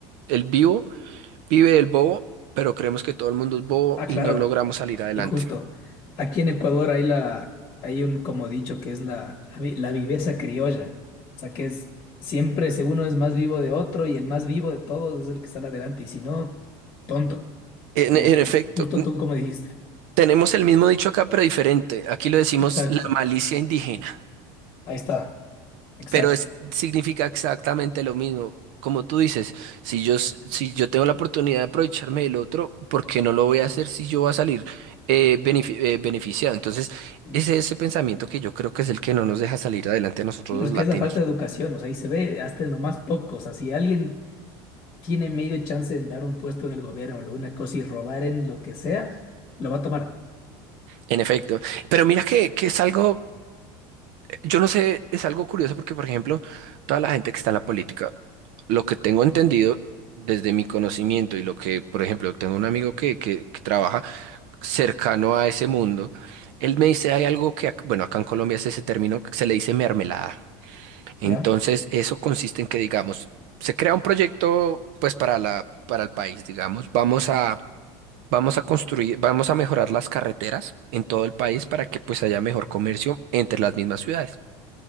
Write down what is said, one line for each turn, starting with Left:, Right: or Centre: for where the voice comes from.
Right: el vivo Vive el bobo, pero creemos que todo el mundo es bobo
Left: Ah, claro.
Right: y no logramos salir adelante.
Left: Y justo, aquí en Ecuador hay la, hay un como dicho que es la, la, vi- la viveza criolla. O sea, que es siempre, si uno es más vivo de otro y el más vivo de todos es el que sale adelante. Y si no, tonto.
Right: En,
Left: Como
Right: en
Left: tú-
Right: efecto,
Left: justo tú como dijiste.
Right: tenemos el mismo dicho acá, pero diferente. Aquí lo decimos
Left: Exacto.
Right: la malicia indígena,
Left: Ahí está. Exacto.
Right: pero es, significa exactamente lo mismo. Como tú dices, si yo, s- si yo tengo la oportunidad de aprovecharme del otro, ¿por qué no lo voy a hacer si yo voy a salir eh, benefi- eh, beneficiado? Entonces,
Left: Y
Right: ese es ese pensamiento que yo creo que es el que no nos deja salir adelante a nosotros
Left: claro,
Right: los
Left: es
Right: latinos.
Left: que es la falta de educación. O sea, y se ve hasta en lo más poco. O sea, si alguien tiene medio chance de dar un puesto en el gobierno o alguna cosa y robar en lo que sea, lo va a tomar.
Right: En efecto. Pero mira que, que es algo Yo no sé, es algo curioso porque, por ejemplo, toda la gente que está en la política, lo que tengo entendido desde mi conocimiento y lo que, por ejemplo, tengo un amigo que, que, que trabaja cercano a ese mundo, él me dice, hay algo que, ac- bueno, acá en Colombia es ese término que se le dice mermelada. Entonces,
Left: ¿Ya?
Right: eso consiste en que, digamos, se crea un proyecto, pues, para la, para el país, digamos, vamos a... Vamos a construir, vamos a mejorar las carreteras en todo el país para que pues haya mejor comercio entre las mismas ciudades.